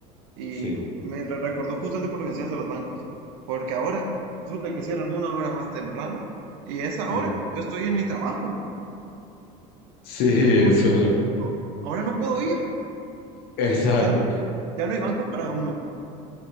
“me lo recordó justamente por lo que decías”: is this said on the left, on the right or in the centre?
Right